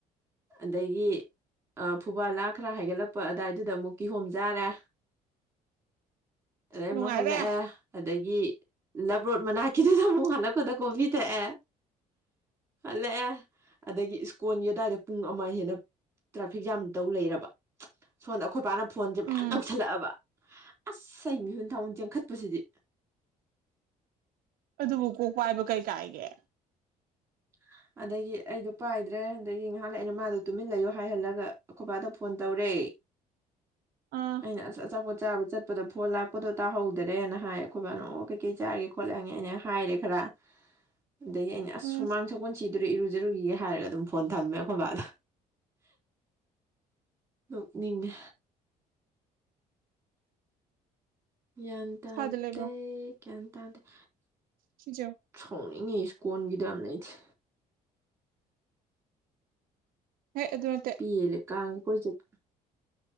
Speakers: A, on the right (about 15°); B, on the right (about 70°).
A: ꯑꯗꯒꯤ ꯐꯨꯕꯥꯂꯥ ꯈꯔ ꯍꯥꯏꯒꯠꯂꯛꯄ ꯑ ꯑꯗꯨꯗꯥꯏꯗꯨꯗ ꯑꯃꯨꯛ ꯀꯤꯍꯣꯝꯖꯥꯔꯦ ꯑꯗꯩ ꯑꯃꯨꯛ
B: ꯅꯨꯡꯉꯥꯏꯔꯦ
A: ꯍꯜꯂꯛꯑꯦ ꯑꯗꯒꯤ ꯂꯕꯔꯣꯠ ꯃꯅꯥꯛꯀꯤꯗꯨꯗ ꯑꯃꯨꯛ ꯍꯜꯂꯛꯄꯗ ꯀꯣꯝꯕꯤ ꯊꯛꯑꯦ ꯍꯜꯂꯛꯑꯦ ꯑꯗꯒꯤ ꯏꯁꯀꯣꯟꯜꯒꯤ ꯑꯗꯨꯋꯥꯏꯗ ꯄꯨꯡ ꯑꯃ ꯍꯦꯟꯅ ꯇ꯭ꯔꯥꯐꯤꯛ ꯖꯥꯝ ꯇꯧ ꯂꯩꯔꯕ ꯁꯣꯝꯗ ꯑꯩꯈꯣꯏ ꯄꯥꯅ ꯐꯣꯟꯁꯦ ꯃꯌꯥꯝ
B: ꯎꯝ
A: ꯇꯧꯁꯜꯂꯛꯑꯕ ꯑꯁ ꯑꯩ ꯃꯤꯍꯨꯟ ꯊꯥꯎꯟ ꯆꯦꯟꯈꯠꯄꯁꯤꯗꯤ
B: ꯑꯗꯨꯕꯨ ꯀꯣꯛ ꯄꯥꯏꯕ ꯀꯩ ꯀꯥꯏꯒꯦ
A: ꯑ ꯑꯗꯒꯤ ꯑꯩꯗꯣ ꯄꯥꯏꯗ꯭ꯔꯦ ꯑꯗꯒꯤ ꯉꯥꯏꯍꯥꯛꯂ ꯑꯩꯅ ꯃꯥꯗꯣ ꯇꯨꯃꯤꯟ ꯂꯩꯌꯣ ꯍꯥꯏꯍꯜꯂꯒ ꯑꯩꯈꯣꯏꯕꯥꯗ ꯐꯣꯟ ꯇꯧꯔꯦ
B: ꯑꯥ
A: ꯑꯩꯅ ꯑꯁ ꯑꯆꯥꯄꯣꯠ ꯆꯥꯕ ꯆꯠ ꯆꯣꯠꯄꯗ ꯐꯣꯟ ꯂꯥꯛꯄꯗꯣ ꯇꯥꯍꯧꯗꯔꯦꯅ ꯍꯥꯏ ꯑꯩꯈꯣꯏꯕ ꯑꯅꯣꯛ ꯀꯩꯀꯩ ꯆꯥꯔꯒꯦ ꯈꯣꯠꯂꯛꯑꯅꯤ ꯑꯩꯅ ꯍꯥꯏꯔꯦ ꯈꯔ ꯑꯗꯒꯤ ꯑꯩꯅ ꯑꯁ
B: ꯎꯝ
A: ꯁꯨꯃꯥꯡ ꯁꯒꯜ ꯁꯤꯗꯨꯔ ꯏꯔꯨꯖꯔꯨꯈꯤꯒꯦ ꯍꯥꯏꯔꯒ ꯑꯗꯨꯝ ꯐꯣꯟ ꯊꯝꯃꯦ ꯑꯩꯈꯣꯏ ꯕꯥꯗꯣ ꯎ ꯃꯤꯉ ꯒ꯭ꯌꯥꯟ ꯇꯥꯗꯩ
B: ꯁ꯭ꯋꯥꯏꯗ ꯂꯩꯕ꯭ꯔꯣ
A: ꯭ꯌꯥꯟ ꯇꯥꯗꯩ
B: ꯁꯤꯖꯣ
A: ꯁꯥꯎꯅꯤꯡꯉꯤ ꯏꯁꯀꯣꯟꯒꯤꯗ ꯌꯥꯝꯅ ꯑꯩꯗꯤꯦ
B: ꯍꯦꯛ ꯑꯗꯨꯅ
A: ꯄꯤꯌꯦꯂꯦ ꯀꯥꯡ ꯀꯣꯏꯁꯠ